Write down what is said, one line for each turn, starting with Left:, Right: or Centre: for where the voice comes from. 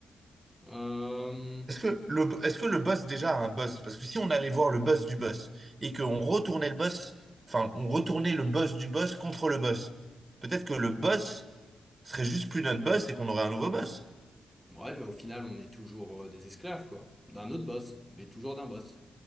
Centre: Euh,
Right: Est-ce que le, est-ce que le boss déjà a un boss? Parce que si on allait voir le boss du boss et qu'on retournait le boss, enfin, on retournait le boss du boss contre le boss, peut-être que le boss serait juste plus notre boss et qu'on aurait un nouveau boss.
Centre: ouais, mais au final, on est toujours euh, des esclaves, quoi. D'un autre boss, mais toujours d'un boss.